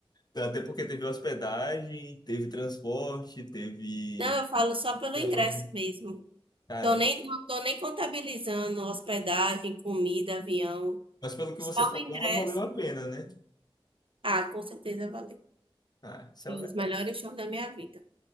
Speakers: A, on the left (about 45°); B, on the right (about 65°).
A: Até porque teve hospedagem, teve transporte, teve.
B: Não, eu falo só pelo
A: Eu,
B: ingresso mesmo.
A: cara,
B: Tô nem, não tô nem contabilizando hospedagem, comida, avião.
A: mas pelo que
B: Só
A: você falou,
B: o ingresso.
A: não valeu a pena, né?
B: Ah, com certeza valeu.
A: Ah, isso
B: Fiz
A: é-
B: os melhores shows da minha vida.